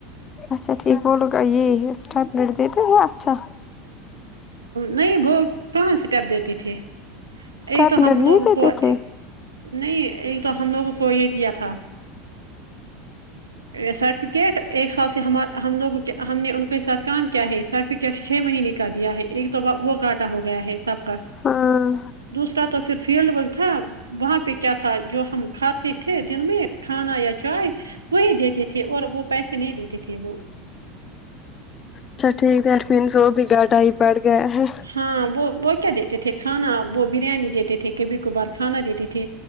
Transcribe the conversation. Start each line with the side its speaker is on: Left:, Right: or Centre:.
Left: اچھا ٹھیک وہ لوگ یہ اسپلیٹ دیتے ہیں اچھا
Right: نہیں وہ پانچ اسٹیپ دیتی تھی
Left: اسٹیپلر
Right: ایک تو ہم
Left: نہیں
Right: لوگوں
Left: دیتے
Right: کو
Left: تھے
Right: نہیں ایک تو ہم لوگوں کو یہ دیا تھا سٹ کرکٹ ایک سال سے ہم ہم لوگ ہم نے ان کے ساتھ کام کیا ہے سرٹیفکیٹ چھ مہینے کر دیا ہے ایک تو ب وہ گاٹا ہو گیا ہے سب کا
Left: ہاں
Right: دوسرا تو پھر فیلڈ ورک تھا وہاں پہ کیا تھا جو ہم کھاتے تھے دن میں کھانا یا چائے وہی دیتے تھے اور وہ پیسے نہیں دیتے تھے وہ
Left: اچھا ٹھیک ہے ایٹ مینس وہ بھیگاٹائی پڑ گیا ہے
Right: ہاں وہ وہ کیا دیتے تھے کھانا وہ بریانی دیتے تھے کبھی کبھار کھانا دیتے تھے